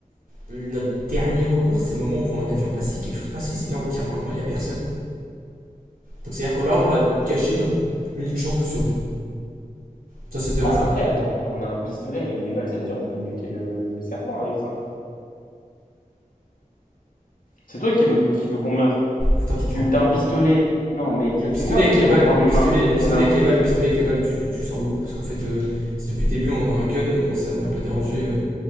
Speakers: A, on the right (about 80°); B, on the left (about 70°).
A: Notre dernier recours, c'est au moment où on voit un avion passer, quelque chose passer. Si là, on le tire maintenant, il y a personne. Donc c'est-à-dire que là, on aura gâché notre unique chance de survie. Ça, ça te dérange
B: Bah après,
A: pas.
B: attends, on a un pistolet avec des balles, ça veut dire on peut buter le, le serpent avec ça. C'est toi qui veux, qui veux qu'on meure.
A: Attends,
B: Si
A: attends,
B: tu
A: attends.
B: t'as un pistolet. Non, mec,
A: Le pistolet
B: c'est moi qui
A: avec
B: vais
A: les
B: reprendre
A: balles,
B: les
A: le pistolet,
B: mains.
A: le pistolet
B: On a un
A: avec les balles,
B: pi-
A: le pistolet avec les balles, tu, tu le sors d'où Parce qu'en fait, euh, si depuis le début on a un gun, euh, moi ça m'aurait pas dérangé euh,